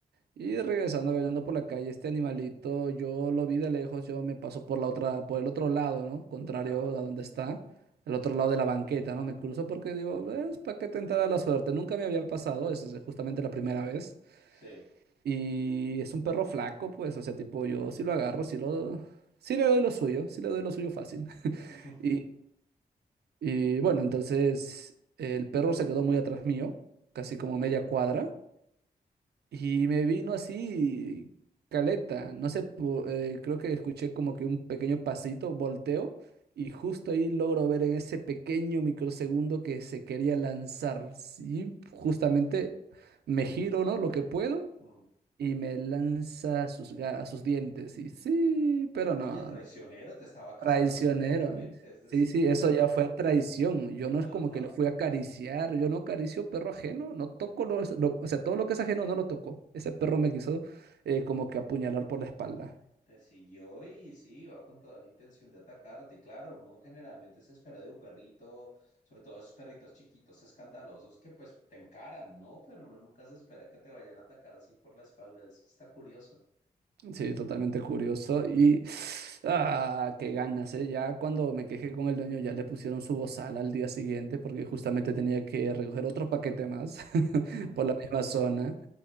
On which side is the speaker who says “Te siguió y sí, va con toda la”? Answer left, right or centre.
Left